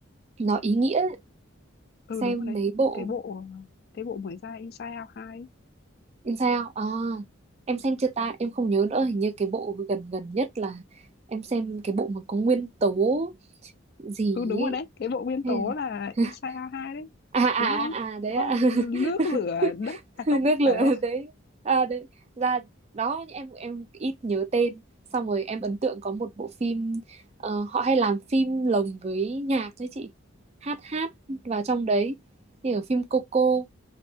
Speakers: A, on the right; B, on the left.
A: nó ý nghĩa
B: ừ
A: xem
B: đúng rồi đấy
A: mấy bộ
B: cái bộ cái bộ mới ra Inside Out 2 ấy.
A: em sao? À em xem chưa ta? Em không nhớ nữa hình như cái bộ gần gần nhất là em xem cái bộ mà có nguyên tố gì
B: ừ đúng
A: ấy.
B: rồi đấy cái bộ nguyên tố
A: Hay là-
B: là
A: <laughs>
B: Inside Out 2 đấy
A: À à
B: đúng không
A: à à, đấy
B: đúng không
A: ạ.
B: nước lửa
A: <laughs>
B: đất à
A: <laughs>
B: không
A: nước lửa
B: phải đâu
A: đấy à đấy ra đó em em ít nhớ tên xong rồi em ấn tượng có một bộ phim ờ, họ hay làm phim lồng với nhạc đấy chị hát hát vào trong đấy như ở phim Coco